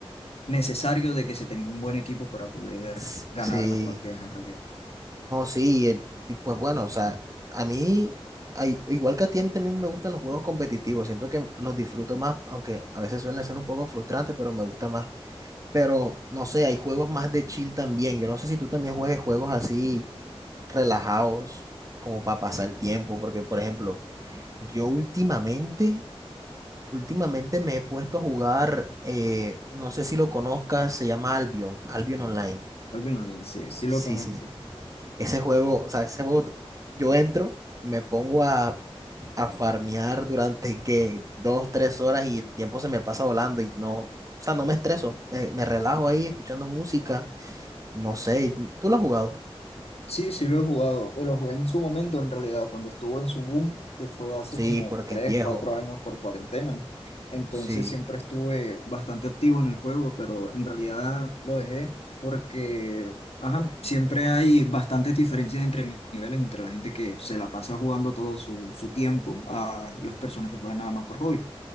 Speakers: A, on the left (about 75°); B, on the right (about 35°).
A: necesario de que se tenga un buen equipo para poder
B: s-
A: ganar
B: sí.
A: las partidas en realidad.
B: No, sí, eh, y pues bueno, o sea, a mí, ay- igual que a ti, a mí también me gustan los juegos competitivos, siento que los disfruto más, aunque a veces suelen ser un poco frustrantes, pero me gusta más. Pero no sé, hay juegos más de chill también, yo no sé si tú también juegues juegos así relajados, como para pasar el tiempo, porque por ejemplo, yo últimamente, últimamente me he puesto a jugar, eh, no sé si lo conozcas, se llama Albion, Albion Online.
A: Al menos, eh, sí, sí
B: Sí,
A: lo conozco.
B: sí. sí. Ese juego, o sea, ese juego, yo entro, me pongo a, a farmear durante que dos, tres horas y el tiempo se me pasa volando y no, o sea, no me estreso, eh, me relajo ahí escuchando música, no sé, ¿tú lo has jugado?
A: Sí, sí lo he jugado. pero Lo jugué en su momento, en realidad, cuando estuvo en su boom, que fue hace
B: Sí,
A: como
B: porque
A: 3,
B: es viejo,
A: 4 años por cuarentena. Entonces
B: sí,
A: siempre estuve bastante activo en el juego, pero en realidad lo dejé porque, ajá, siempre hay bastantes diferencias entre ni- niveles, entre la gente que se la pasa jugando todo su, su tiempo a las personas que juegan nada más por hobby.